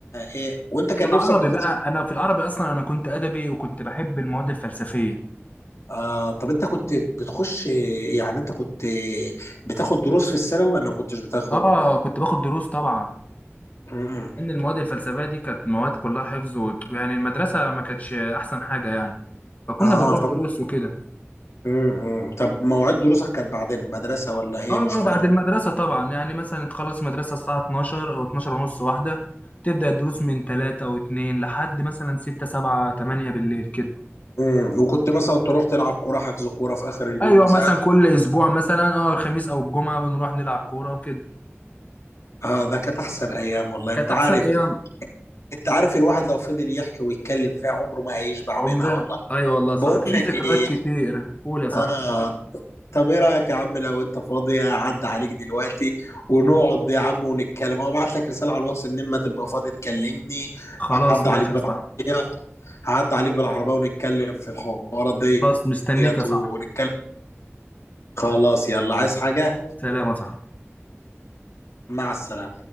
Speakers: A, on the left (about 85°); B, on the left (about 35°).
A: ايه وانت كان
B: في العربي
A: نفسك تخش
B: بقى انا في العربي اصلا انا كنت ادبي وكنت بحب المواد الفلسفيه
A: آه طب انت كنت بتخش يعني انت كنت بتاخد دروس في الثانوي ولا ما كنتش بتاخد
B: اه كنت باخد دروس طبعا
A: مم.
B: ان المواد الفلسفيه دي كانت مواد كلها حفظ و... يعني المدرسه ما كانتش احسن حاجه يعني فكنا
A: اه
B: بنروح
A: ف...
B: دروس وكده
A: مم. مم. طب مواعيد دروسك كانت بعد المدرسه ولا ايه
B: اه
A: مش فاهم
B: اه بعد المدرسه طبعا يعني مثلا تخلص مدرسه الساعه 12 او 12 ونص واحده تبدا الدروس من 3 و2 لحد مثلا 6 7 8 بالليل كده
A: امم وكنت مثلا تروح تلعب كوره حجز كوره في اخر اليوم
B: ايوه
A: زعق
B: مثلا كل اسبوع مثلا اه الخميس او الجمعه بنروح نلعب كوره وكده
A: اه ده كانت احسن ايام والله
B: كانت
A: انت عارف
B: احسن ايام
A: انت عارف الواحد لو فضل يحكي ويتكلم فيها عمره ما هيشبع
B: عمرنا
A: منها والله
B: ايوه والله صح
A: بقول
B: في
A: لك
B: ذكريات
A: ايه
B: كتير قول يا صاحبي
A: اه طب ايه رايك يا عم لو انت فاضي اعدي عليك دلوقتي ونقعد يا عم ونتكلم او ابعت لك رساله على الواتس ان اما تبقى فاضي تكلمني
B: خلاص
A: هعدي
B: ماشي
A: عليك بالعربيه
B: يا صاحبي
A: هعدي عليك بالعربيه ونتكلم في الحوارات
B: خلاص مستنيك
A: ديت
B: يا صاحبي
A: ونتكلم خلاص يلا عايز حاجه
B: سلام يا صاحبي
A: مع السلامه